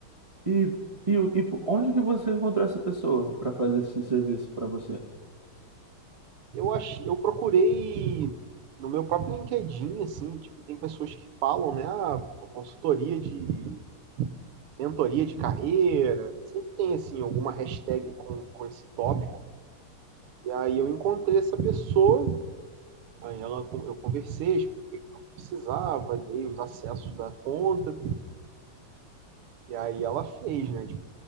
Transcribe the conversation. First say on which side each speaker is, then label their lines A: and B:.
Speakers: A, on the right; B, on the right.
A: E, e, o- e po- onde que você encontrou essa pessoa para fazer esse serviço para você?
B: Eu acho, eu procurei no meu próprio LinkedIn, assim, tipo, tem pessoas que falam, né, ah, consultoria de mentoria de carreira, sempre tem, assim, alguma hashtag com, com esse tópico. E aí eu encontrei essa pessoa, aí ela, eu conversei, expliquei o que eu precisava, dei os acessos da conta, e aí ela fez, né, tipo,